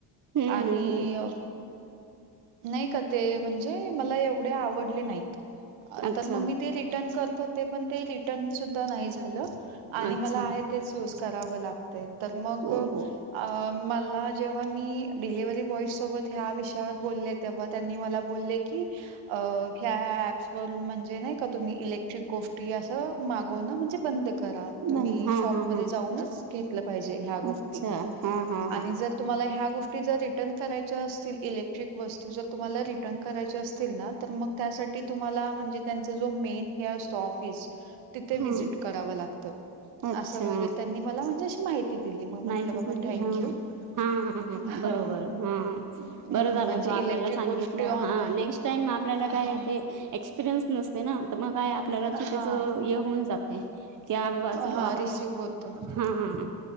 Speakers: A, on the right; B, on the right.
A: हम्म
B: आणि
A: हम्म हम्म
B: अ नाही का ते म्हणजे मला एवढे आवडले नाहीत. अ
A: अच्छा
B: तर मग मी ते रिटर्न करत होते पण ते रिटर्न सुद्धा नाही झालं आणि
A: अच्छा
B: मला आहेत तेच यूज करावं लागतंय तर मग
A: ओ
B: अ
A: हो
B: मला जेव्हा मी डिलिव्हरी बॉइज सोबत ह्या विषयावर बोलले तेव्हा त्यांनी मला बोलले की अ ह्या ह्या ऍप्स वरून म्हणजे नाही का तुम्ही इलेक्ट्रिक गोष्टी असं मागवण म्हणजे बंद करा तुम्ही
A: बन हा
B: शॉप
A: हा
B: मध्ये
A: हा
B: जाऊनच घेतल्या पाहिजे ह्या गोष्टी
A: अच्छा हा हा
B: आणि
A: हा
B: जर तुम्हाला ह्या गोष्टी जर रिटर्न करायच्या असतील इलेक्ट्रिक वस्तू जर तुम्हाला रिटर्न करायच्या असतील ना तर मग त्यासाठी तुम्हाला म्हणजे त्यांचा जो मेन हे अस तो ऑफिस तिथे व्हिजिट
A: हा
B: करावा लागत
A: अच्छा
B: असं वगैरे त्यांनी मला म्हणजे अशी माहिती दिली मग म्हंटलं
A: नाही
B: बाबा
A: तिथे
B: थँक्यू.
A: लिहा हां हां हां
B: हा
A: बरोबर हां
B: म्हणजे
A: बरं झालं. तो आपल्याला
B: इलेक्ट्रिक
A: सांगितलं
B: गोष्टी ऑनलाईन
A: हा नेक्स्ट टाईम आपल्याला
B: हा
A: काय ते एक्सपिरियन्स नसते ना तर मग काय आपल्याला चुकीच
B: हा
A: ये होन जाते. क्या बाबा चलो
B: हा
A: आपण
B: रिसिव होत
A: हाहां